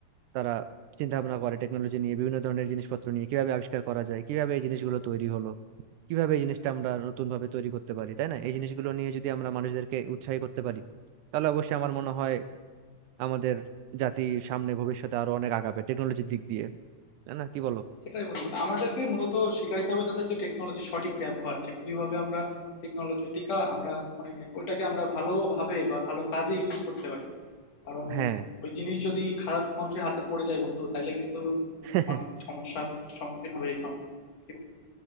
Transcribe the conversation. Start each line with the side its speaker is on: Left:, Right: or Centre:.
Right: তারা চিন্তা ভাবনা করে টেকনোলজি নিয়ে বিভিন্ন ধরনের জিনিসপত্র নিয়ে কিভাবে আবিষ্কার করা যায় কিভাবে এই জিনিসগুলো তৈরি হলো কিভাবে এই জিনিসটা আমরা নতুন ভাবে তৈরি করতে পারি তাই না এই জিনিসগুলো নিয়ে যদি আমরা মানুষদেরকে উৎসাহী করতে পারি তাহলে অবশ্যই আমার মনে হয় আমাদের জাতি সামনে ভবিষ্যতে আরো অনেক আগাবে টেকনোলজির দিক দিয়ে তাই না কি বলো
Left: সেটাই বন্ধু আমাদেরকে মূলত শিখাইতে হবে তাদের যে টেকনোলজির সঠিক ব্যবহার যে কিভাবে আমরা টেকনোলজিটিকা আমরা মানে ওইটাকে আমরা ভালোভাবে বা ভালো কাজে ইউজ করতে পারি কারণ
Right: হ্যাঁ
Left: ওই জিনিস যদি খারাপ মানুষের হাতে পড়ে যায় বন্ধু তাহলে কিন্তু
Right: <laughs>
Left: মানে অনেক সমস্যার সম্মুখীন হবে এই সমাজ কি বলো?